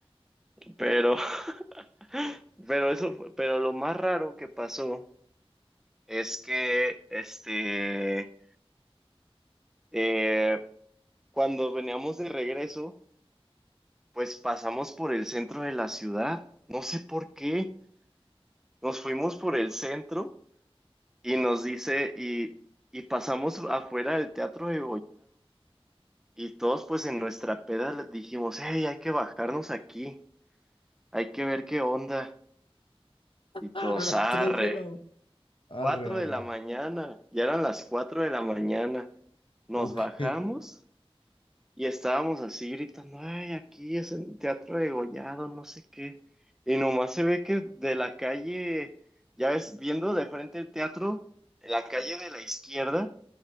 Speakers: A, in the centre; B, on the left.
A: Pero, <laughs> pero eso, fue- pero lo más raro que pasó es que, este, eh, cuando veníamos de regreso, pues pasamos por el centro de la ciudad. No sé por qué. Nos fuimos por el centro y nos dice, y, y pasamos afuera del Teatro de y todos pues en nuestra peda les dijimos, hey, hay que bajarnos aquí, hay que ver qué onda, y todos,
B: A las
A: arre,
B: 3 de la... Arre,
A: cuatro
B: arre.
A: de la mañana, ya eran las cuatro de la mañana, nos
B: Ok.
A: bajamos Y estábamos así gritando, ay, aquí es el teatro degollado, no sé qué. Y nomás se ve que de la calle, ya ves, viendo de frente el teatro, la calle de la izquierda,